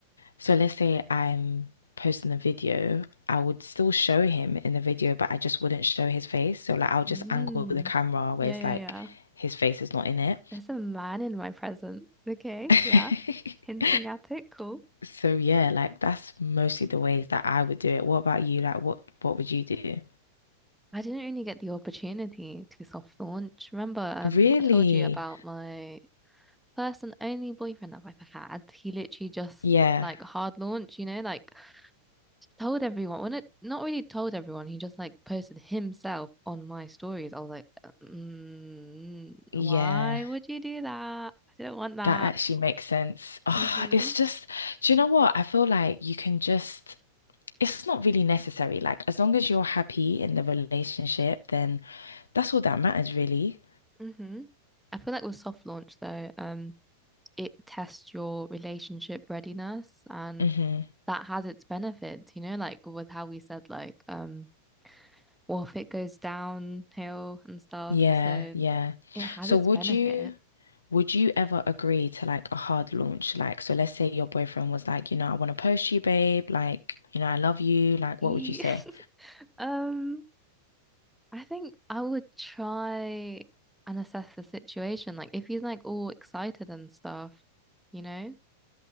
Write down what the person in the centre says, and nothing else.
Mm.
Yeah,
yeah,
yeah.
There's a man in my present. Okay,
yeah. Hinting at it, cool.
I didn't really get the opportunity to soft launch. Remember, um,
I told you about my first and only boyfriend I've ever had. He literally just
like hard launch, you know, like told everyone. Well, not, not really told everyone. He just like posted himself on my stories. I was like, mm,
why would you do that? I didn't want that.
hmm
hmm I feel like with soft launch though, um, it tests your relationship readiness and
that has its benefits, you know, like with how we said like, um, well, if it goes downhill and stuff,
so
it has
its
benefit.
<laughs>
Um, I think I would try and assess the situation. Like if he's like all excited and stuff, you know?